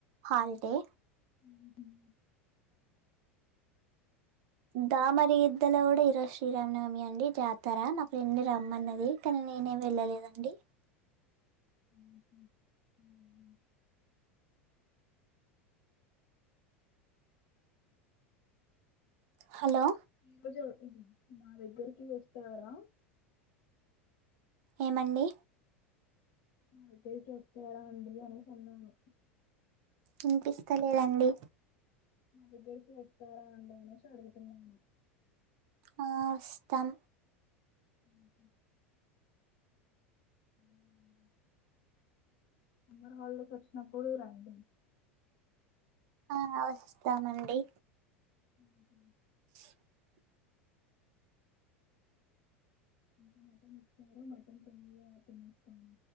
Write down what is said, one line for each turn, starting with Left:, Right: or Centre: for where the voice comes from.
Right: హాలిడే
Left: ఉమ్ హోమ్
Right: దామగిద్దల గుడా ఇరో శ్రీరామనవమి అండి జాతర మా ఫ్రెండ్ రమ్మన్నది కానీ నేనే వెళ్ళలేదండి
Left: ఉ ఉ ఉ
Right: హలో
Left: ఈ రోజు మా దగ్గరికి వస్తారా
Right: ఏమండి
Left: మా దగ్గరికి వస్తారా అండి అనేసి అన్నాను
Right: ఇనిపిస్తలేదండి
Left: మా దగ్గరికి వస్తారా అండి అనేసి అడుగున్నాను
Right: ఆ ఓస్తం
Left: ఉమ్ హమ్ ఉమ్ సమ్మర్ హాలీడేస్ వచ్చినప్పుడు రండి
Right: ఆ వస్తామండి
Left: ఉ ఉ
Right: <inaudible>
Left: ఇంకా మటన్ తెచ్చారు. మటన్ తొందరగా తినిస్తాము